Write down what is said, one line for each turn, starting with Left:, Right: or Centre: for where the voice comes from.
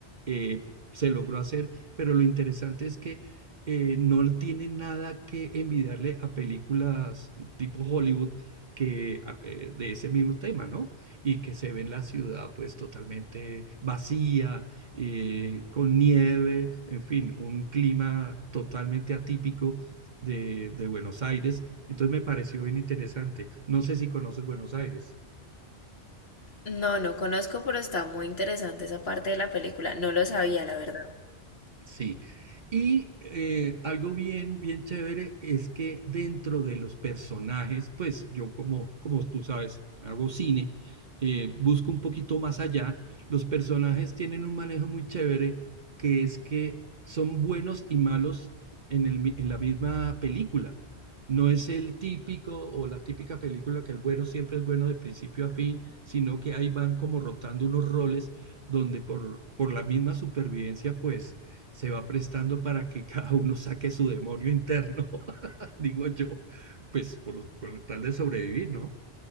Right: eh, se logró hacer, pero lo interesante es que eh, no tiene nada que envidiarle a películas tipo Hollywood que a- eh, de ese mismo tema, ¿no? Y que se ve en la ciudad pues totalmente vacía, eh, con nieve, en fin, un clima totalmente atípico de, de Buenos Aires. Entonces me pareció bien interesante. No sé si conoces Buenos Aires.
Left: No, no conozco, pero está muy interesante esa parte de la película. No lo sabía, la verdad.
Right: Sí. Y eh, algo bien, bien chévere es que dentro de los personajes, pues yo como, como tú sabes, hago cine, eh, busco un poquito más allá. Los personajes tienen un manejo muy chévere que es que son buenos y malos en el mi- en la misma película. No es el típico o la típica película que el bueno siempre es bueno de principio a fin, sino que ahí van como rotando unos roles donde por, por la misma supervivencia, pues se va prestando para que cada uno saque su demonio interno, <laughs> digo yo, pues por, con tal de sobrevivir, ¿no?